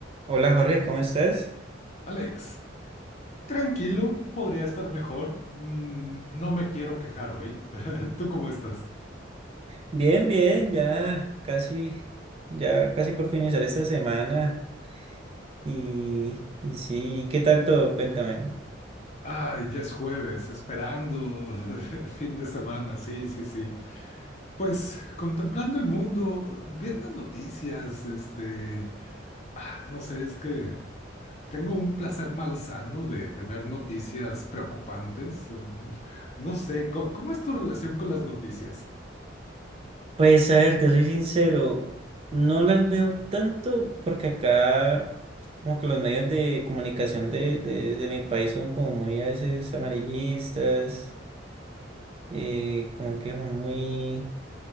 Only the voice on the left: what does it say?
Alex, tranquilo, podría estar mejor. Mm, no me quiero quejar hoy. <laughs> ¿Tú cómo estás?
Ay, ya es jueves, esperando <laughs> el fin de semana, sí, sí, sí. Pues contemplando el mundo, viendo noticias, este, ah, no sé, es que tengo un placer malsano de, de ver noticias preocupantes. Eh, <laughs> No sé, ¿co- ¿cómo es tu relación con las noticias?